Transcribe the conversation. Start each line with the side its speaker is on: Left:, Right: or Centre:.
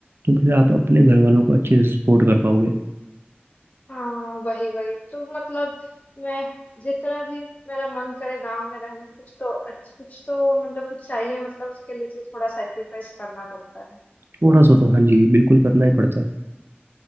Right: तो फिर आप अपने घर वालों को अच्छे से सपोर्ट कर पाओगे
Left: हाँ वही वही तो मतलब मैं जितना भी मेरा मन करे गांव में रहने कुछ तो अच्छ, कुछ तो मतलब कुछ चाहिए मतलब उसके लिए तो थोड़ा सैक्रिफाइस करना पड़ता है
Right: थोड़ा सा तो हाँ जी बिल्कुल करना ही पड़ता है